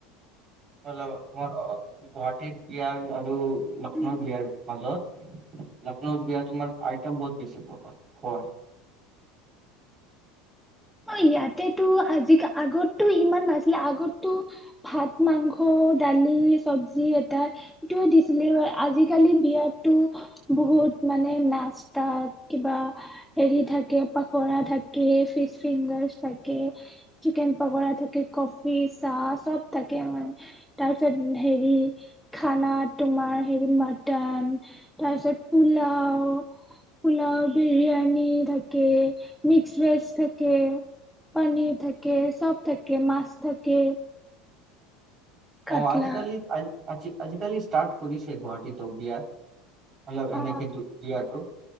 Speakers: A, on the right (about 25°); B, in the centre.
A: মল গুৱাহাটীৰ বিয়াৰ আৰু লক্ষ্ণৌ
B: অ'।
A: বিয়াৰ মাজত লক্ষৌত বিয়া তোমাৰ একদম বহুত বেছি পাবা খোৱা
B: অ ইয়াতেতো আজিাল আগতটো ইমান নাছিলে আগতটো ভাত মাংস দালি চব্জি এটা এইটোয়ে দিছিলে আজিকালি বিয়াতো বহুত মানে নাস্তাত কিবা হেৰি থাকে পখৰা থাকে ফিচ ফিংগাৰ থাকে চিকেন পকৰা থাকে কফি চাহ চব থাকে আমাৰ তাৰপিছত হেৰি খানা তোমাৰ হেৰি মাটন তাৰপিছত পোলাও পোলাও বিৰিয়ানী থাকে মিক্স ভেজ থাকে থ পনীৰ থাকে সব থাকে মাছ থাকে কাটলা
A: অ আজিকালি আ আজিকালি ষ্টাৰ্ট কৰিছে গুৱাহাটীত বিয়া অলপ এনেকে
B: অ
A: দু- দিয়াটো